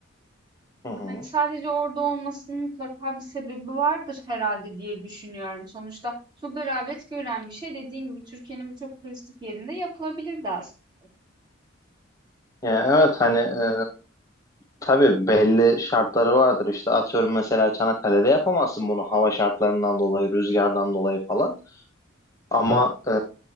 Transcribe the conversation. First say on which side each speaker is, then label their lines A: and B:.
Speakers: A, on the left; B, on the right.
A: Hı hı.
B: Hani sadece orada olmasının mutlaka bir sebebi vardır herhalde diye düşünüyorum. Sonuçta çok da rağbet gören bir şey dediğin gibi Türkiye'nin birçok turistik yerinde yapılabilirdi aslında.
A: Yani evet hani e, tabii belli şartları vardır. İşte atıyorum mesela Çanakkale'de yapamazsın bunu hava şartlarından dolayı, rüzgardan dolayı falan. Ama e,